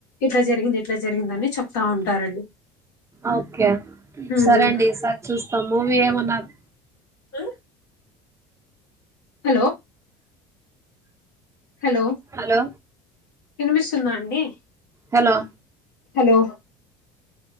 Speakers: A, on the left (about 75°); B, on the right (about 25°).
A: ఎట్లా జరిగింది ఎట్లా జరిగింద అని చెప్తా ఉంటారండి
B: ఓకే
A: హ్మ్.
B: సరే అండి ఈ సారి చూస్తాం మూవీ ఏమన్నారు
A: ఆ హలో హలో
B: హలో
A: వినిపిస్తుందా అండి.
B: హలో
A: హలో